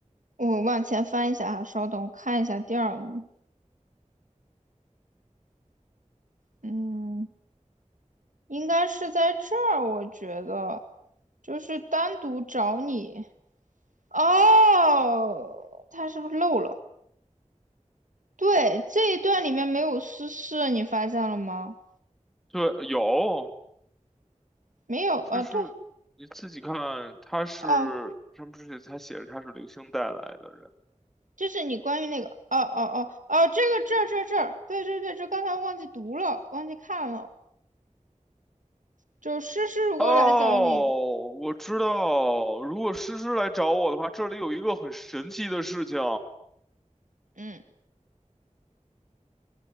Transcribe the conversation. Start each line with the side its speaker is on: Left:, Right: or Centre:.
Right: 我往前翻一下啊，稍等，我看一下第二幕。嗯。”应该是在这儿，我觉得，就是单独找你。哦，他是不是漏了？对，这一段里面没有私事，你发现了吗？
Centre: 对，有，
Right: 没有，呃，
Centre: 这是你自己看，
Right: 对，
Centre: 他是上面是他写着他是流星带来的人。
Right: 啊，这是你关于那个，哦哦哦哦，这个这儿这儿这儿，对对对，这刚才忘记读了，忘记看了，就是诗诗如果来找你，
Centre: 哦，我知道，如果诗诗来找我的话，这里有一个很神奇的事情。
Right: 嗯，